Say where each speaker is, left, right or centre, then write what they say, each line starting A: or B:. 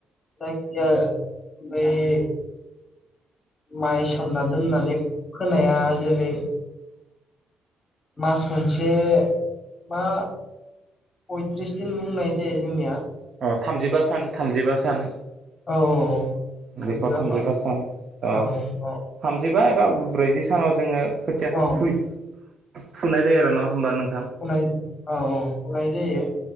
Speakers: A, on the left (about 30°); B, on the right (about 50°).
A: जायखिया ओमफ्राय माइ सोमना दोननानै फोनाया जेरै मास मोनसे मा पयथ्रिस दिन बुंनाय जायो जोंनिया
B: अ थामजिबा सान थामजिबा सान
A: औ औ थामजि
B: बेखौ थामजिबा
A: आफा
B: सान थामजिबा
A: औ औ
B: एबा ब्रैजि सानाव जोङो खोथियाखौ
A: औ
B: फु फुनाय जायो आरो ना होनबा नों
A: नाय औ औ फुनाय जायो